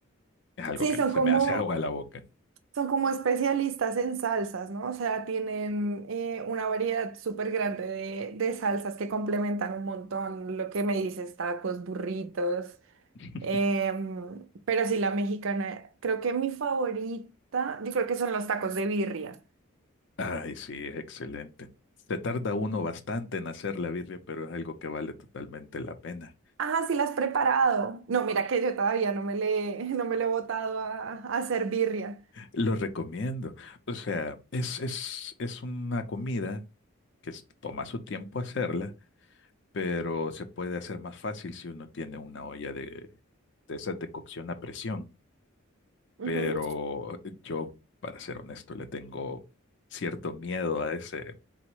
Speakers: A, on the left; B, on the right.
A: Es algo
B: Sí,
A: que
B: son
A: a mí se
B: como,
A: me hace <laughs> agua a la boca.
B: son como especialistas en salsas, ¿no? O sea, tienen eh, una variedad súper grande de, de salsas que complementan un montón lo que me dices, tacos, burritos.
A: <laughs>
B: em, pero sí, la mexicana, creo que mi favorita, yo creo que son los tacos de birria.
A: Ay, sí, es excelente. Se tarda uno bastante en hacer la birria, pero es algo que vale totalmente la pena.
B: Ah, sí, la has preparado. No, mira que yo todavía no me le, <laughs> no me le he botado a, a hacer birria.
A: Lo recomiendo. O sea, es, es, es una comida que s- toma su tiempo hacerla, pero se puede hacer más fácil si uno tiene una olla de, de esas de cocción a presión.
B: Ujú.
A: pero yo, para ser honesto, le tengo cierto miedo a ese,